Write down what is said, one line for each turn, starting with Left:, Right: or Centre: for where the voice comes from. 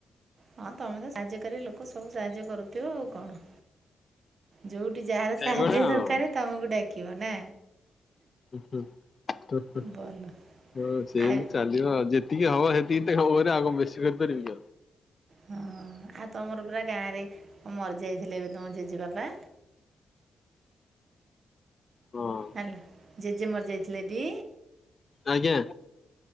Right: ହଁ ତମେ ତ ସାହାଯ୍ୟକାରୀ ଲୋକ ସବୁ ସାହାଯ୍ୟ କରୁଥିବ ଆଉ କଣ। ଯଉଠି ଯାହାର
Left: ସେଇଭଳିଆ
Right: ସାହାଯ୍ୟ ଦରକାର
Left: ଆଉ।
Right: ତମକୁ ଡାକିବ ନା।
Left: ଉଁ ହୁଁ ଉଁ ହୁଁ
Right: ଭଲ
Left: ହଁ ସେମିତି
Right: ଆଉ
Left: ଚାଲିବ ଆଉ। ଯେ ଏତିକି ହବ ସେତିକିରେ ଆଗ ମୁଁ ବେଶୀ କରିପାରିବି ଆଉ।
Right: ହଁ ଆଉ ତୁମର ପୁରା ଗାଁରେ ମରି ଯାଇଥିଲେ ଏବେ ତୁମ ଜେଜେବାପା।
Left: ହଁ
Right: ହ୍ୟାଲୋ ଜେଜେ ମର ଯାଇଥିଲେ ଟି।
Left: ଆଜ୍ଞା।